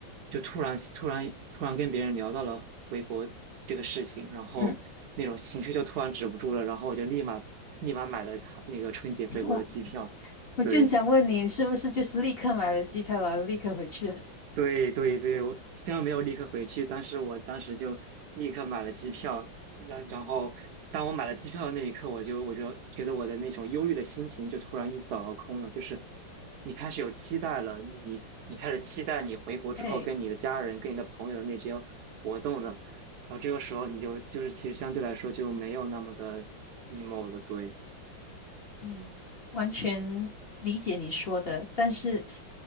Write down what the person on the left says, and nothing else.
嗯，
我我正想问你，
你是不是就是立刻买了机票，然后立刻回去了？<laughs>
哎，
嗯，完全理解你说的，但是